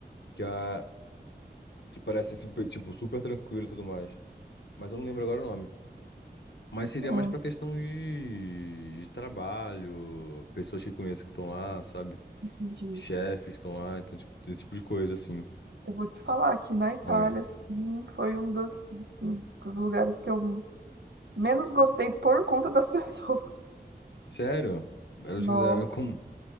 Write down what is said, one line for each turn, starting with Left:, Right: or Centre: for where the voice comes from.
Left: que, a, que parece super, tipo, super tranquilo e tudo mais. Mas eu não lembro agora o nome. Mas seria
Right: Hum,
Left: mais pra questão de, de trabalho, pessoas que conheço que estão lá, sabe?
Right: entendi.
Left: Chefes que estão lá, então, tipo, esse tipo de coisa, assim.
Right: Eu vou te falar que na Itália,
Left: Oi.
Right: assim, foi um dos, um dos lugares que eu menos gostei por conta das <laughs> pessoas.
Left: Sério? Elas
Right: Nossa.
Left: fizeram <laughs> como?